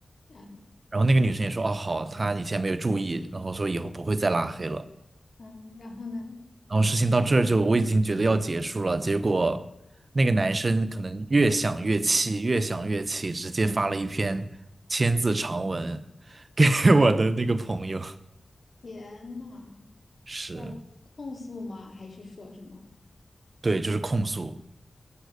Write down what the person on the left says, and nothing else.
<laughs> 嗯，
嗯，然后呢？
天呐，
在控诉吗？还是说什么？